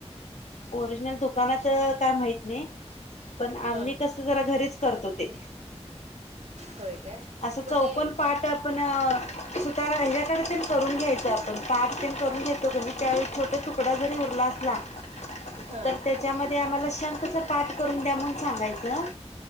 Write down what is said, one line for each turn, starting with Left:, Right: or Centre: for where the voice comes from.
Left: ओरिजिनल दुकानात काय माहित नाही पण आम्ही
Right: हा.
Left: कसं जरा घरीच करतो ते.
Right: होय काय?
Left: असं
Right: मग
Left: चौकोण
Right: ते
Left: पाट ण सुतारा हेच्याकडं पण करून घ्यायचं आपण पाट तेन करून घेतो कनी त्यावेळी छोटं तुक डा जरी उरला असला
Right: हा
Left: तर त्याच्यामध्ये आम्हाला शंखचं पाठ करून द्या म्हणून सांगायचं.